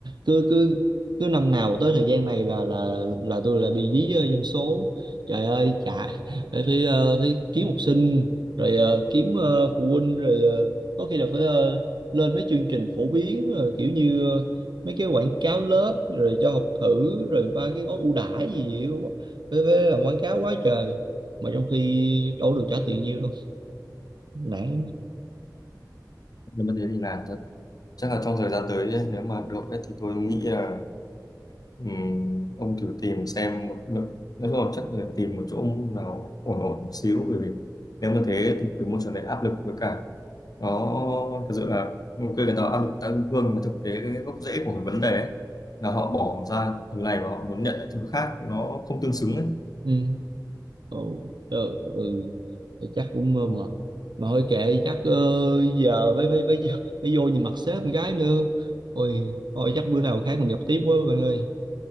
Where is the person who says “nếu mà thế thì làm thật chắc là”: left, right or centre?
Left